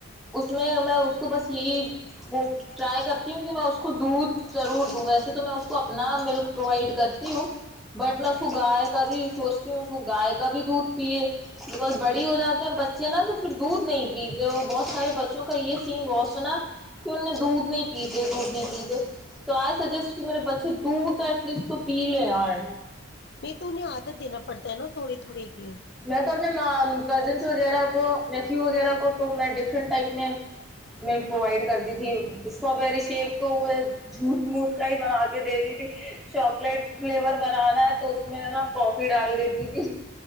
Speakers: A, in the centre; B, on the left.
A: اس میں میں اس کو بس یہی وہ ٹرائی کرتی ہوں کہ میں اس کو دودھ ضرور دوں ویسے تو میں اس کو اپنا ملک پرووائڈ کرتی ہوں بٹ ل
B: ہاں
A: سو گائےک تھی سوچتی ہوں اس کو گائے کا بھی دودھ پیے بکز بڑی ہو جاتے ہیں بچے نا تو پھر دودھ نہیں پیتے اور بہت سارے بچوں کا یہ سین بہت سنا کہ ان نے دودھ نہیں پیتے دودھ نہیں پیتے تو آئی سجسٹ کہ میرے بچے دودھ ایٹ لیسٹ تو پی لے ی
B: نہیں تو انہیں عادت دینا پڑتا ہے نا تھوڑی تھوڑی الا <inaudible>
A: میں تو اپنے کزنس وغیرہ کو نیفیو وغیرہ کو تو میں ڈفرنٹ ٹائپ میں ملک پرووائڈ کرتی تھی اسٹرابری شیک تو وہ جھوٹ موٹ کا ہی بنا کے دیتی تھی چاکلیٹ فلیور بنانا ہے تو اس میں نا کافی ڈال دیتی تھی